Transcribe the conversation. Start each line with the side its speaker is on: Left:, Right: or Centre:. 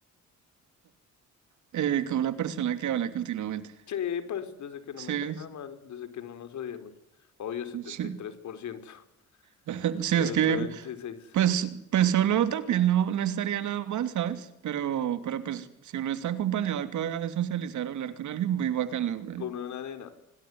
Right: Eh, como la persona que habla continuamente.
Left: Sí, pues desde que no
Right: Sí,
Left: me caiga mal, desde que no nos odiemos. Obvio, setenta
Right: sí.
Left: y tres por ciento
Right: <laughs>
Left: <laughs>
Right: Sí,
Left: el
Right: es
Left: otro
Right: que
Left: 26.
Right: Pues, pues solo también no, no estaría nada mal, ¿sabes? Pero, pero pues si uno está acompañado y puede socializar o hablar con alguien, muy bacano, güey.
Left: Con una nena.